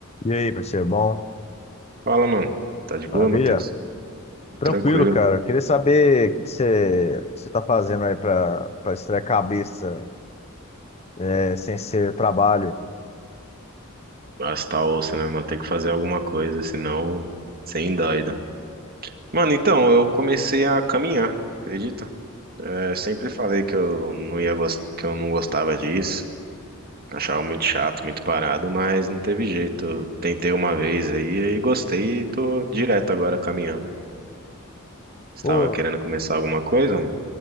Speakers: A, on the left (about 30°); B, on the right (about 45°).
A: E aí, parceiro, bom?
B: Fala, mano. Tá de boa,
A: Maravilha?
B: Matheus?
A: Tranquilo,
B: Tranquilo.
A: cara. Queria saber o que que você você tá fazendo aí pra, pra distrair a cabeça, é, sem ser trabalho.
B: Mas tá osso, né, mano? Tem que fazer alguma coisa, senão, sem doida. Mano, então, eu comecei a caminhar, acredita? É, sempre falei que eu não ia gost... que eu não gostava disso. Achava muito chato, muito parado, mas não teve jeito. Eu Tentei uma vez aí e gostei e tô direto agora caminhando. Você
A: Pô,
B: tava querendo começar alguma coisa, mano?